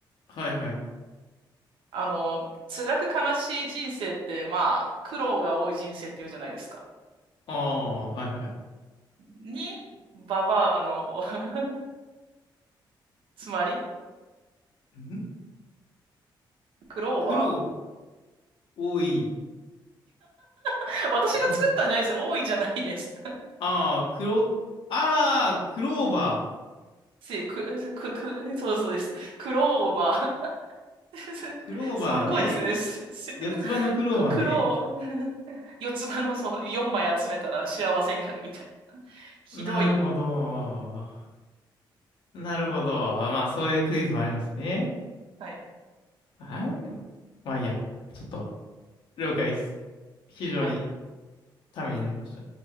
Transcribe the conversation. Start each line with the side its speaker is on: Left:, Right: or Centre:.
Left: はいはい。
Right: あの、辛く悲しい人生って、まあ、苦労が多い人生っていうじゃないですか。
Left: ああ、はいはい。
Right: に、ババアの、<laughs> つまり、
Left: ん
Right: クローバ
Left: 苦労の多い
Right: ー。私が作ったんじゃないですよ。
Left: 人生。
Right: 多いじゃないです。
Left: ああ、黒、ああ、クローバ
Right: せ、く、せくく、そうそうです。クローバー。<laughs>
Left: ー。クローバーね。
Right: すごいですね。<laughs> すす
Left: 四つ葉のクローバーね。
Right: かクロー、<laughs> 四つ葉の、そう、4枚集めたら幸せになるみたいな。ひどい。
Left: なるほど。なるほど。まあ、そういうクイズもありますね。
Right: はい。
Left: あ、まあ、いいや。ちょっと、了解です。非常に
Right: はい。
Left: ためになりました。